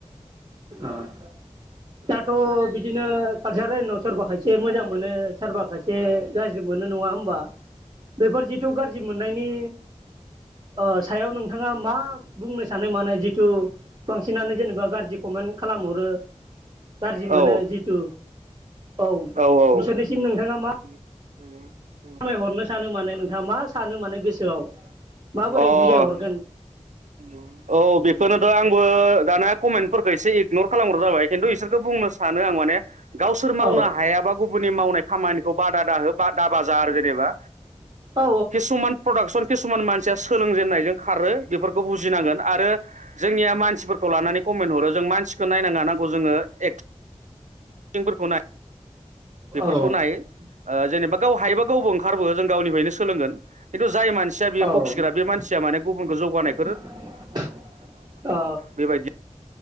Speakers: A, on the right (about 35°); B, on the right (about 80°).
A: अ <unintelligible> बिदिनो कालसार लाइनाव सोरबा खायसे मोजां मोनो सोरबा खायसे गाज्रि मोनो नङा होम बा बेफोर जिथु गाज्रि मोननायनि ओ सायाव नोंथाङा मा बुंनो सानो माने जिथु बांसिनानो जेनेबा गाज्रि कमेन्ट खालामहरो गाज्रि
B: आं
A: मोनो
B: औ
A: जिथु औ
B: औ औ
A: बिसोरनिसिम नोंथाङा मा
B: <inaudible>
A: खामायहरनो सानो माने नोंथाङा मा सानो माने गोसोआव माबोरै
B: अ
A: बुजाय हरगोन?
B: औ बेखौनोथ' आंबो दाना कमेन्टफोरखौ एसे इगनर खालामग्र जाबाय खिन्थु इसोरखो बुंनो सानो आं माने गावसोर मावनो
A: औ
B: हायाबा गुबुननि मावनाय खामानिखौ बादा दाहो बा दाबाजा आरो जेनेबा
A: औ
B: किसुमान प्रडाकसन किसु सुमान मानसिया सोलोंजेननायजों खारो बेफोरखौ बुज जिनांगोन आरो जोंनिया मानसिफोरखौ लानानै कमेन्ट हरो जों मानसिखौ नायनाङा नांगौ जोङो एगथिंफोरखौ नाय बेफोरखौ
A: औ
B: नाय जेनेबा गाव हायोबा गावबो ओंखारबो जों गावनिफ्रायनो सोलोंगोन खानथु जाय मानसिया बेयो
A: औ
B: बखिग्रा बे मानसिया माने गुबुनखौ जौगानाय
A: औ
B: बेबायदि